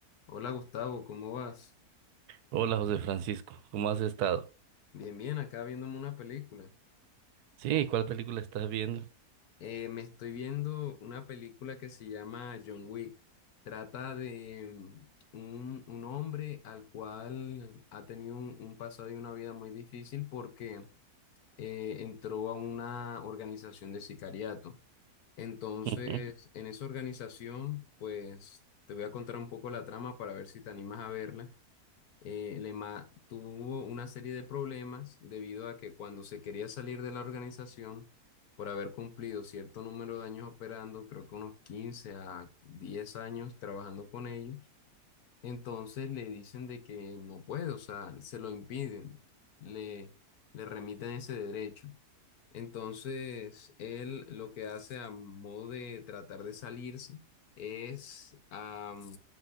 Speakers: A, on the left; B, on the right.
A: Hola Gustavo, ¿cómo vas?
B: Hola José Francisco, ¿cómo has estado?
A: Bien, bien, acá viéndome una película.
B: Sí, ¿y ¿cuál película estás viendo?
A: Eh, me estoy viendo una película que se llama John Wick. Trata de mm, un, un hombre al cual ha tenido un, un pasado y una vida muy difícil porque eh, entró a una organización de sicariato. Entonces,
B: <laughs> Ujú.
A: en esa organización, pues te voy a contar un poco la trama para ver si te animas a verla. eh, Lema tuvo una serie de problemas debido a que cuando se quería salir de la organización, por haber cumplido cierto número de años operando, creo que unos 15 a 10 años trabajando con ellos, entonces le dicen de que no puede, o sea, se lo impiden, le, le remiten ese derecho. Entonces, él lo que hace a modo de tratar de salirse es am,